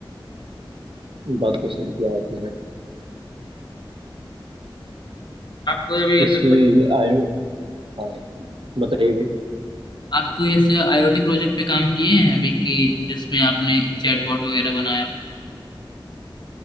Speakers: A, on the right (about 75°); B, on the left (about 55°).
A: बात तो सही किया आपने
B: आपको अभी ये
A: इसलिए
B: तो
A: ये आयो हाँ बताइए भाई
B: आप कोई ऐसे आईओटी प्रोजेक्ट पे काम किए हैं अभी कि जिसमें आपने चैटबॉट वगैरह बनाया हो